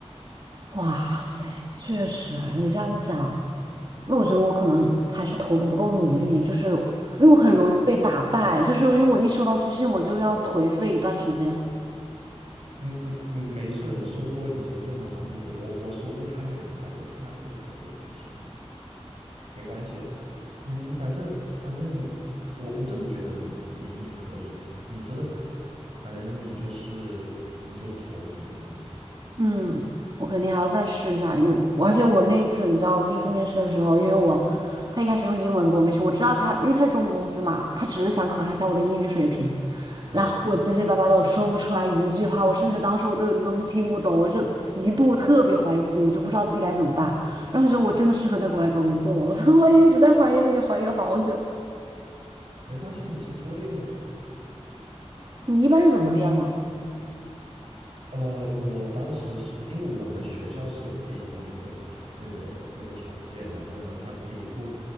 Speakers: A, on the right; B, on the right.
A: 样哇塞，确实啊，你这样子想，那我觉得我可能还是投的不够努力，就是因为我很容易被打败，
B: 对，
A: 就是因为我一收到拒信，我就要颓废一段时间。
B: 嗯嗯嗯，没事的，你收多了你其实就麻木了。我我收过太多太多太多太多的巨星，没关系的。嗯，你反正反正你我我真的觉得你你你可以，你真的可以的。反正你就是你就投，绝对没问题。
A: 嗯，我肯定还要再试一下，因而且我那一次，你知道，我第一次面试的时候，因为我他一开始用英文跟我面试，我知道他，因为他是中公司嘛，他只是想考察一下我的英语水平，
B: 对，
A: 然后我结结巴巴的，我说不出来一句话，我甚至当时我都有点东西听不懂，我就极度特别怀疑自己，我就不知道自己该怎么办，然后我觉得我真的适合在国外找工作吗？我 <laughs> 说我一直在怀疑自己，怀疑了好久。
B: 没关系，你其实多练就好了。
A: 你一般是怎么练呢？
B: 呃，我当时是因为我们学校是有这一方面的那个那个条件，然后呢，他可以 book